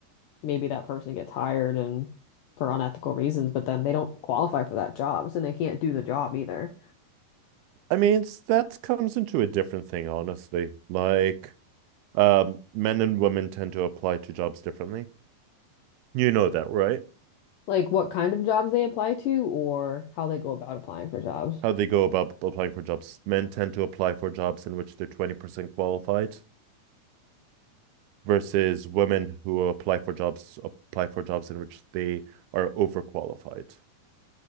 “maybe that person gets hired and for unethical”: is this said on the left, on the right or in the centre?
Left